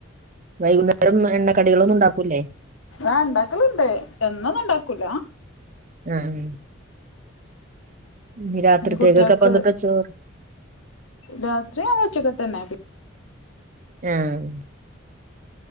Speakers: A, on the right; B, on the left.
A: വൈകുന്നേരം എണ്ണ കടികളൊന്നും ഉണ്ടാക്കൂല്ലേ?
B: ആഹ് ഇണ്ടാക്കെല്ണ്ട് എന്നൊന്നും ഉണ്ടാക്കൂലാ
A: ആഹ് ഇനി രാത്രിത്തേക്കൊക്കപ്പന്നിപെച്ചോ
B: പിന്നെ കുട്ടികൾക്ക് രാത്രി ആ ഉച്ചക്കത്തെന്നെ പി
A: ആഹ്